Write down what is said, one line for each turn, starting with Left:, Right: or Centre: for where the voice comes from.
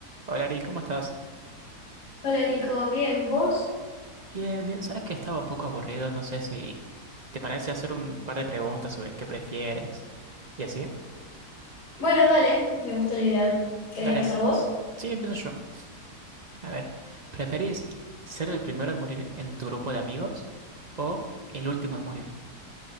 Right: Hola Ari, ¿cómo estás?
Left: Hola Nico, bien, ¿vos?
Right: Bien, bien, sabes que estaba un poco aburrido, no sé si te parece hacer un par de preguntas sobre qué prefieres y así.
Left: Bueno, dale, me gusta la idea. ¿Querés
Right: Dale,
Left: empezar vos?
Right: sí, empiezo yo. A ver, ¿preferís ser el primero en morir en tu grupo de amigos o el último en morir?